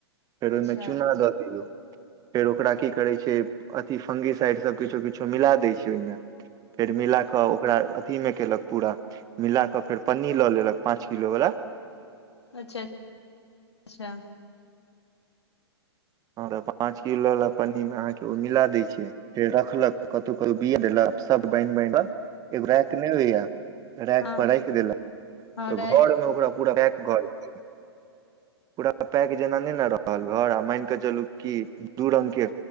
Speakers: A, on the right; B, on the left.
A: फेर
B: अच्छा
A: ओहिमे चूना दऽ दौ। <unintelligible> फेर ओकरा की करैत छै अथि फंगिसाइड सभ किछो किछो मिला दैत छै ओहिमे। <unintelligible> फेर मिला कऽ ओकरा। <unintelligible> अथी मे केलक पूरा मिला क फेर पन्नी लऽ लेलक पाँच किलो वालला।
B: अच्छा -अच्छा।
A: आर। <unintelligible> पाँच किलो वाला पनी मे अहां के। ओ मिला दै छै फेर रखलक कत क। ब सब बन बन। एग्रक नहि होै या। र
B: हँ
A: पढ़ा क देलो।
B: हँ
A: तऽ घर
B: राखि
A: मे ओकरा। पू पै घर च पूरा पैक जेना नहि ने रहल घर आ मान कऽ चलू क दू रंगग के